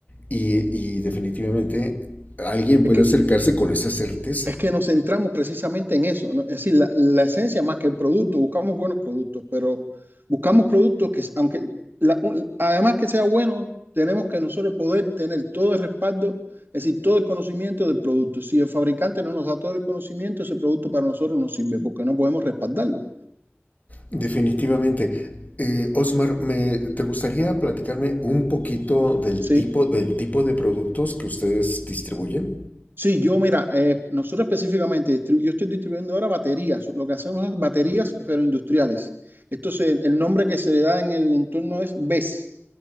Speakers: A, on the left; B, on the right.
A: y, y definitivamente alguien
B: Es
A: puede
B: que
A: acercarse con esa certeza.
B: Es que nos centramos precisamente en eso, ¿no? Es decir, la, la esencia más que el producto, buscamos buenos productos, pero buscamos productos que, aunque, la- un- además que sea bueno, tenemos que nosotros poder tener todo el respaldo, es decir, todo el conocimiento del producto. Si el fabricante no nos da todo el conocimiento, ese producto para nosotros no sirve porque no podemos respaldarlo,
A: Definitivamente. Eh, Osmar, me, ¿te gustaría platicarme un poquito del
B: ¿sí?
A: tipo, del tipo de productos que ustedes distribuyen?
B: Sí, yo, mira, eh, nosotros específicamente, distribu- yo estoy distribuyendo ahora baterías, lo que hacemos es baterías, pero industriales. Entonces, el nombre que se le da en el entorno es BES